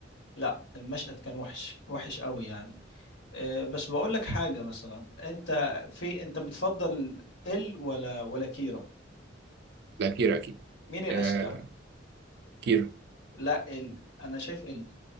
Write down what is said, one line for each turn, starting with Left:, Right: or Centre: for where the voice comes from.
Left: لا المشهد كان وحش وحش قوي يعني أه بس بقول لك حاجه مثلا انت في انت بتفضل ال ولا ولا كيرا
Right: لا كيرا اكيد
Left: مين الاذكى
Right: آه كيرا
Left: لا ال انا شايف ال